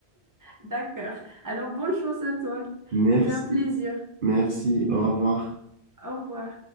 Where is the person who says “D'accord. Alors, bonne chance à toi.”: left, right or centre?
Right